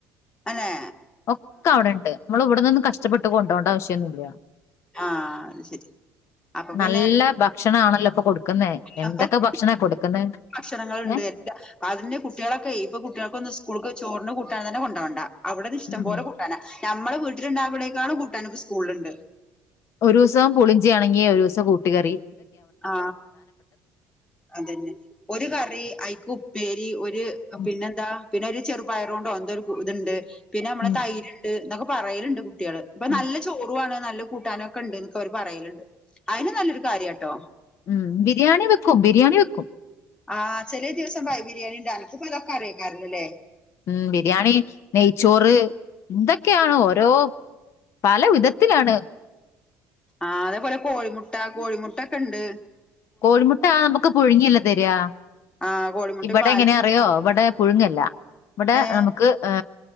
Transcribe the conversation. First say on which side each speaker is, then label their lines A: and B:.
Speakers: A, on the left; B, on the left.
A: അല്ലെ
B: ഒക്കെ അവിടെണ്ട് നമ്മൾ ഇവിടന്നൊന്നും കഷ്ടപ്പെട്ട് കൊണ്ടപോണ്ട ആവശ്യൊന്നില്ല
A: ആ അത് ശരി അപ്പൊ പിന്നെ
B: നല്ല ഭക്ഷണാണല്ലോ ഇപ്പൊ കൊടുക്കുന്നേ എന്തൊക്കെ
A: ആപ്പൊന്ന
B: ഭക്ഷണാ കൊടുക്കുന്നേ
A: ഭക്ഷണങ്ങൾണ്ട്
B: ഏഹ്
A: അതിന്റെ കുട്ടികളൊക്കെ ഇപ്പൊ കുട്ടികൾക്കൊ സ്കൂൾ ചോറി ട്ടൻ തന്നെ കൊണ്ടോണ്ട അവിട ഇഷ്ടം
B: ഉം
A: പോലെ കൂട്ടാണ് നമ്മ വീട്ടുണ്ടവിടേക്കാണ് കൂട്ടൻ സ്കൂളുണ്ട്
B: ഒരു ദിവസം പുളിഞ്ിാണങ്ങിയേ ഒരു ദിവസം കൂട്ട കറി
A: ആ അതന്നെ ഒരു കറി അഴിക് ക് ഉപ്പേരി ഒരു രു
B: ഉം
A: പിന്നെന്താ പിന്നെ ഒരു ചെറുപയറ കൊണ്ട്ോ എന്തോ ഇതുണ്ട് പിന്നെ നമ്മള
B: ഉം
A: തൈരുണ്ട് എന്നൊക്കെ പറയലുണ്ട് കുട്ടികള് ഇപ്പ
B: ആ.
A: നല്ല ചോറുവാണ് ന കൂട്ടാനൊക്കെ ഉണ്ട്ൊക്കെ അവര് പറയലണ്ട് അതിന് നല്ലൊരു കാര്യംാട്ടോ
B: ഉം ബിരിയാണി വെക്കും ബിരിയാണി വെക്കും
A: ആഹ് ചെിലിയ ദിവസം ഭൈ ബിരിയാണി ഉണ്ട അൻക്പ്പ ഇതൊക്കെ അറിയക്കാറില്ലല്ലേ
B: ഉം ബിരിയാണി നെയ്ച്ചോറ് എന്തൊക്കെയാണ് ഓരോ പല വിധത്തിലാണ്
A: ആ അതേപലെ കോഴിമുട്ട കോഴിമുട്ട ഒക്കെ ഇണ്ട്
B: കോഴിമുട്ട ആ നമുക്ക് പുഴുങ്ങിയല്ല തരാ
A: ആഹ് കോഴിമുട്ടിം
B: ഇവിടെ
A: പാലും
B: എങ്ങനെ അറിയോ ഇവിടെ പുഴുങ്ങല്ല ഇവിടെ
A: ഏഹ്
B: നമുക്ക് ഏ